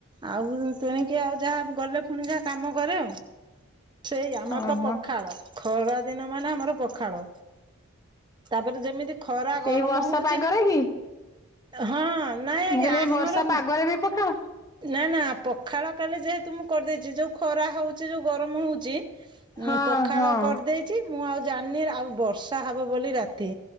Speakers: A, on the right; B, on the left.
A: ଆଉ ତେଣିକି ଆଉ ଯାହା ଗଲେ ପୁଣି ଯାହା କାମ କରେ ସେଇ ଆମର
B: ଓହୋ
A: ତ ପଖାଳ। ଖରା ଦିନ ମାନେ ଆମର ପଖାଳ। ତାପରେ ଯେମିତି ଖରା ଗରମ
B: ଏଇ ବର୍ଷା
A: ହଉଚି।
B: ପାଗରେ କି?
A: ହଁ ନାଇଁ
B: ମୁଁ
A: ଆଜ୍ଞା
B: କହିଲି
A: ଆମର
B: ଏଇ ବର୍ଷା ପାଗରେ ବି ପଖାଳ
A: ନା ନା ପଖାଳ କାଲି ଯେହେତୁ ମୁଁ କରିଦେଇଛି ଯୋଉ ଖରା ହଉଛି ଯୋଉ ଗରମ ହଉଛି
B: ହଁ
A: ଉଁ ପଖାଳ
B: ହଁ
A: କରିଦେଇ ଛି ମୁଁ ଆଉ ଜାଣିନି ଆଉ ବର୍ଷା ହବ ବୋଲି ରାତି